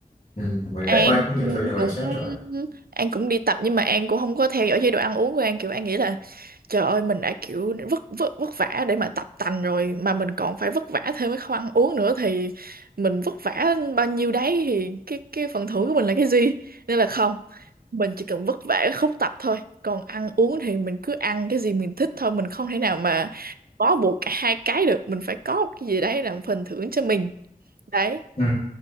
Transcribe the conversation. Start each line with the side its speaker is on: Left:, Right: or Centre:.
Left: ừ, mình
Right: An
Left: đã có nhiều thứ để mình
Right: cũng
Left: stress rồi
Right: An cũng đi tập nhưng mà An cũng không có theo dõi chế độ ăn uống của An kiểu An nghĩ là trời ơi mình đã kiểu vất vất vất vả để mà tập tành rồi mà mình còn phải vất vả thêm cái không ăn uống nữa thì mình vất vả bao nhiêu đấy thì cái cái phần thưởng của mình là cái gì nên là không mình chỉ cần vất vả ở khúc tập thôi còn ăn uống thì mình cứ ăn cái gì mình thích thôi mình không thể nào mà bó buộc cả hai cái được mình phải có một cái gì đấy làm phần thưởng cho mình đấy
Left: ừ.